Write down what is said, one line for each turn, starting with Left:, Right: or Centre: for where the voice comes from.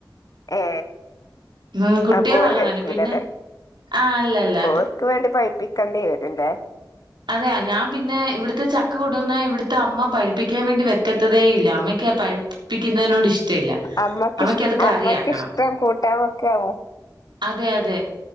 Left: ഏ
Right: ഉം കുട്ടികൾ
Left: അപ്പോ ഊര്
Right: അങ്ങനെയാണ്
Left: കഴിക്കില്ല
Right: പിന്നെ
Left: അല്ലേ
Right: ആ അല്ലല്ല
Left: ഓർക്കുവേണ്ടി പഴുപ്പിക്കേണ്ടി വരുമല്ലോ
Right: അതെ ഞാൻ പിന്നെ ഇവിടുത്തെ ചക്ക കൊണ്ട് വന്ന ഇവിടത്തെ അമ്മ പഴിപ്പിക്കാൻ വേണ്ട വെക്കാത്തതെ ഇല്ല അമ്മയ്ക്ക് പഴ പ്പിക്ക്വിന്നേടോഷ്ട ഇല്ല
Left: അമ്മക്ക്
Right: അമക്ക്
Left: ഇഷ്
Right: അത് കറിയാക്കണം
Left: അമ്മക്ക് ഇഷ്ടം കൂട്ടാൻ വെക്കാവോ
Right: അതെ അതെ